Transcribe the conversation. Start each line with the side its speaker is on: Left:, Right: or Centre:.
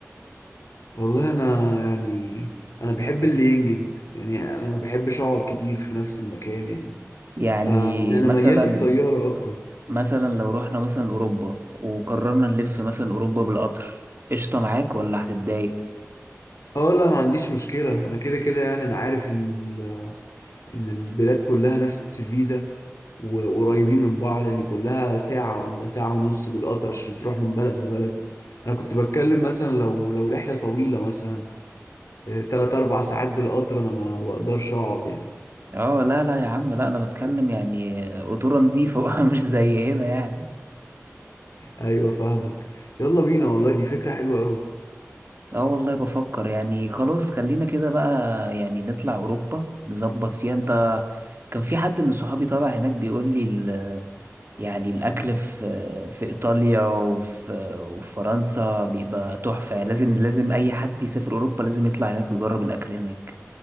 Left: والله انا يعني انا بحب اللي ينجز يعني انا ما بحبش اقعد كتير في نفس المكان يعني
Right: يعني
Left: فانا
Right: مثلا
Left: ميال للطياره اكتر
Right: مثلا لو رحنا مثلا اوروبا وقررنا نلف مثلا اوروبا بالقطر قشطة معاك ولا هتتضايق
Left: اه لا ما عنديش مشكله انا كده كده يعني انا عارف ان ال... ان البلاد كلها نفس الفيزا وقريبين من بعض يعني كلها ساعه ولا ساعه ونص بالقطر عشان تروح من بلد لبلد انا كنت بتكلم مثلا لو لو رحله طويله مثلا آه، تلات اربع ساعات بالقطر انا ما ما بقدرش اقعد يعني
Right: اه لا لا يا عم لا انا بتكلم يعني قطورة نضيفة بقى <laughs> مش زي هنا يعني
Left: ايوه فاهمك يلا بينا والله دي فكره حلوه قوي
Right: اه والله بفكر يعني خلاص خلينا كده بقى يعني نطلع اوروبا نظبط فيها انت كان في حد من صحابي طالع هناك بيقول لي ال... يعني الاكل في في ايطاليا وفي وفي فرنسا بيبقى تحفة يعني لازم لازم اي حد يسافر اوروبا لازم يطلع هناك ويجرب الاكل هناك